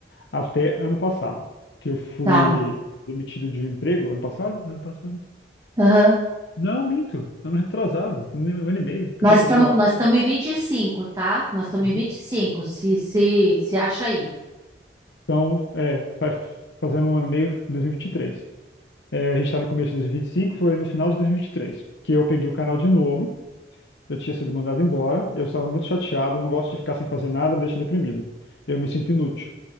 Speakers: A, on the left; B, on the right.
A: até ano passado, que eu fui
B: tá.
A: demitido de um emprego ano passado, ano passado.
B: Aham.
A: Não, minto, ano retrasado, um um ano e meio, o que
B: Nós
A: eu tô falando,
B: estamos
A: ano
B: nós
A: passado.
B: estamos em 25, tá? Nós estamos
A: Uhum.
B: em 25. se, se, se acha aí.
A: Então, é, faz, fazendo um ano e meio, 2023. É, a gente está no começo de dois mil e e vinte e cinco. foi no final de dois mil e e vinte e três que eu peguei o canal de novo. Eu tinha sido mandado embora, eu estava muito chateado, eu não gosto de ficar sem fazer nada, me deixa deprimido. Eu me sinto inútil.